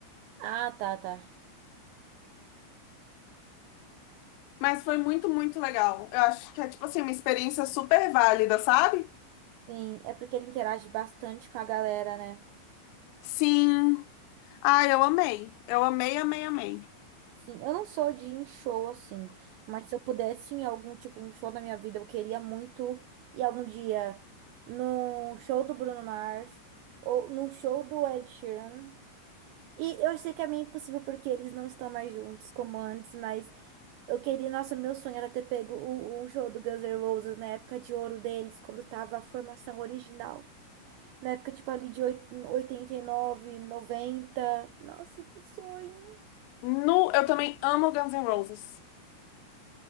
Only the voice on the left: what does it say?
Mas foi muito, muito legal. Eu acho que é, tipo assim, uma experiência super válida, sabe?
Sim. Ah, eu amei. Eu amei, amei, amei.
No, eu também amo Guns N' Roses.